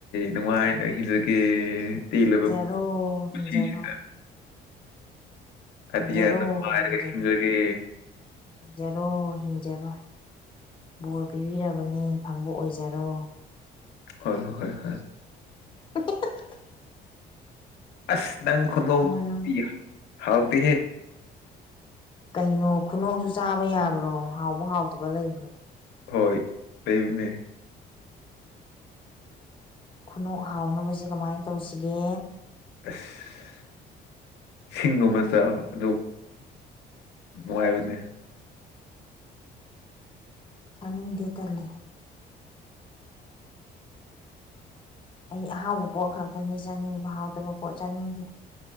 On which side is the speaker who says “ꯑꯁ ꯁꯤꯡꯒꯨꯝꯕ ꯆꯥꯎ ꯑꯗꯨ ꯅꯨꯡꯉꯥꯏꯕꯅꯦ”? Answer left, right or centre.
Left